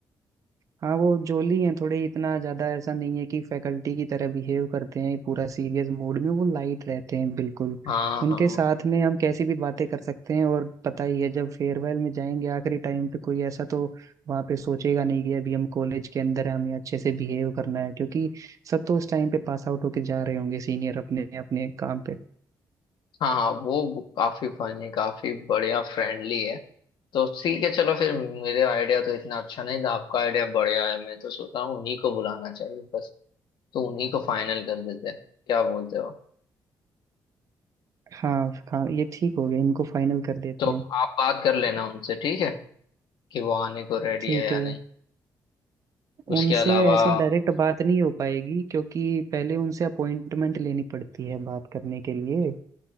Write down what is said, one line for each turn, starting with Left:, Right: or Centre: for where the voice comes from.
Right: हाँ वो जोली हैं थोड़े इतना ज्यादा ऐसा नहीं है कि फैकल्टी की तरह बिहेव करते हैं पूरा सीरियस मूड में वो लाइट रहते हैं बिल्कुल
Left: हाँ
Right: उनके
Left: हाँ
Right: साथ में हम कैसी भी बातें कर सकते हैं और पता ही है जब फेयरवेल में जाएंगे आखिरी टाइम पे कोई ऐसा तो वहाँ पे सोचेगा नहीं कि अभी हम कॉलेज के अंदर है हमें अच्छे से बिहेव करना है क्योंकि सब तो उस टाइम पे पास आउट होके जा रहे होंगे सीनियर अपने अपने काम पे
Left: हाँ हाँ वो वो काफी फनी काफी बढ़िया फ्रेंडली है तो ठीक है चलो फिर मेरे आइडिया तो इतना अच्छा नहीं था आपका आइडिया बढ़िया है मैं तो सोच रहा हूँ उन्हीं को बुलाना चाहिए बस तो उन्हीं को फाइनल कर देते हैं क्या बोलते हो
Right: हाँ हाँ ये ठीक हो गया इनको फाइनल कर देते
Left: तो
Right: हैं
Left: आप बात कर लेना उनसे ठीक है कि वो आने को रेडी
Right: ठीक
Left: है या
Right: है
Left: नहीं उसके
Right: उनसे
Left: अलावा
Right: ऐसे डायरेक्ट बात नहीं हो पाएगी क्योंकि पहले उनसे अपॉइंटमेंट लेनी पड़ती है बात करने के लिए